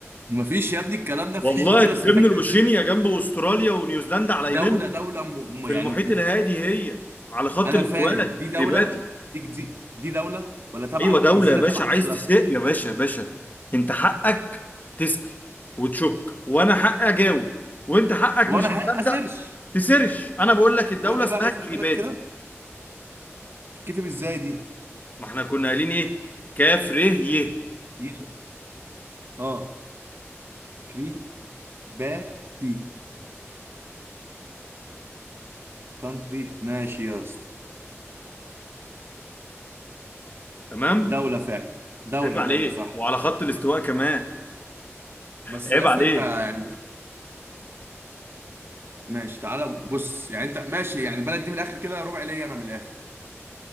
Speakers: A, on the right (about 50°); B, on the left (about 35°).
A: مفيش يا ابني الكلام ده مفيش
B: والله
A: دولة
B: ضمن
A: اسمها كريبات
B: الأوشينيا جنب أستراليا ونيوزيلندا على
A: دولة
B: يمينهم
A: دولة م...
B: في
A: م... يعني
B: المحيط الهادي هي على خط
A: انا
B: الاستواء
A: فاهم دي دوله
B: كريباتي
A: دي جزي... دي دوله ولا تبع
B: أيوة دولة
A: جزيره
B: يا باشا
A: تبع
B: عايز
A: دوله
B: تسرق يا باشا يا باشا أنت حقك تسأل وتشك وأنا حقي أجاوب وأنت حقك
A: وانا
B: مش
A: حق
B: مصدق
A: اسيرش
B: تسرش أنا بقول لك الدولة
A: قول لي
B: اسمها
A: بقى اسم
B: كريباتي
A: البلد كده تتكتب ازاي دي
B: ما احنا كنا قايلين
A: كري
B: ايه كاف ر ي
A: ي اه كري با تي كونتري ماشي يا اسطى
B: تمام
A: دوله فعلا دوله
B: عيب عليك
A: دوله صح
B: وعلى خط الاستواء كمان
A: بس
B: عيب
A: يا اسطى
B: عليك
A: انت يعني ماشي تعالى بص يعني انت ماشي يعني البلد دي من الاخر كده ربع ليا انا من الاخر